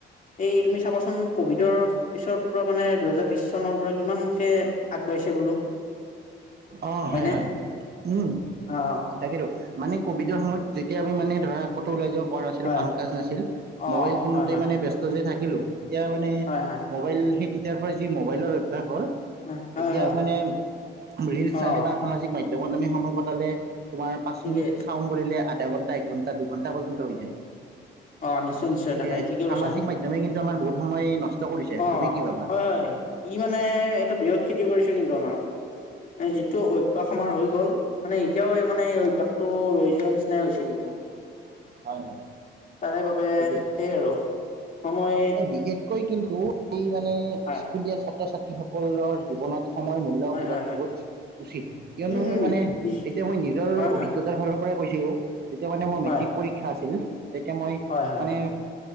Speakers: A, on the left (about 40°); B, on the right (about 55°).
A: এই তুমি চাবাচোন কভিডৰ পিছৰ পৰা মানে দুহেজাৰ বিশ চনৰ পৰা কিমানকে আগবাঢ়িছে বোলো।
B: অ',
A: হয়নে
B: হয়, হয়, উম,
A: অ
B: তাকেইেতো মানে কভিডৰ
A: হয়
B: সময়ত যেতিয়া আমি মানে ধৰা আগতে ওলাই যাব পৰা নাছিলো,
A: হয়
B: কাম-কাজ নাছিল
A: অ
B: মোবাইল ফোনতে
A: হয় হয়
B: মানে ব্যস্ত যে থাকিলো, এতিয়া মানে
A: হয় হয়
B: মোবাইল সেই তেতিয়াৰ পৰা যি মোবাইলৰ অভ্যাস হ'ল।
A: হয় হয়
B: এতিয়া
A: হয়
B: মানে ৰিলচ চালে
A: অ
B: সামাজিক মাধ্যমত আমি সময় কটালে তোমাৰ পাঁচ
A: ঠিকেই
B: মিনিট চাও বুলিলে আধা ঘন্টা এক ঘন্টা দুঘন্টা পৰ্যন্ত হৈ যায়
A: অ নিশ্চয় নিশ্চয়
B: গতিকে,
A: তাকে ঠিকে
B: সামাজিক
A: কৈছা
B: মাধ্যম মে কিন্তু আমাৰ বহুত সময় নষ্ট কৰিছে,
A: অ
B: তুমি কি ভাবা?
A: হয় হয় ই মানে এটো বৃহৎ ক্ষতি কৰিছে কিন্তু আমাৰ, যিটো অভ্যাস আমাৰ হৈ গ'ল, মানে এতিয়াও এই মানে এই অভ্যাসটো ৰৈ যোৱা নিচিনাই হৈছে কিন্তু।
B: হয় হয়
A: তাৰে বাবে
B: ঠিকেই
A: সেই আৰু সময়
B: এ বিশেষকৈ কিন্তু
A: আৰু
B: এই মানে
A: হয়
B: স্কুলীয়া ছাত্ৰ-ছাত্ৰী সকলৰ জীৱনত সময়ৰ মূল্য়
A: হয়
B: বুজাটো
A: হয় হয়
B: বহুত উচিত, কিয়নো
A: উম উম
B: মানে
A: নিশ
B: এতিয়া মই নিজৰ
A: হয় হয়
B: অভিজ্ঞতাৰ ফালৰ পৰাই কৈছো, যেতিয়া মানে মোৰ
A: হয়
B: মেট্ৰিক পৰীক্ষা আছিল, তেতিয়া মই
A: হয় হয়
B: মানে
A: হয়